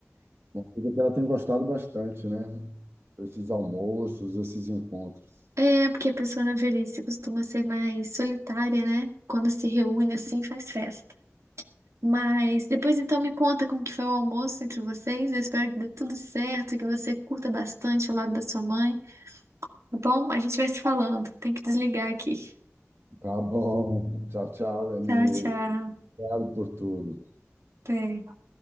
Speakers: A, on the right; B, on the right.
A: uma coisa que ela tem gostado bastante, né? Esses almoços, esses encontros.
B: É, porque a pessoa na velhice costuma ser mais solitária, né? Quando se reúne assim, faz festa. Mas depois então me conta como que foi o almoço entre vocês. Eu espero que dê tudo certo, que você curta bastante ao lado da sua mãe, tá bom? A gente vai se falando. Tem que desligar aqui.
A: Tá bom. Tchau, tchau, Lenise.
B: Tchau, tchau.
A: Obrigado por tudo.
B: Até.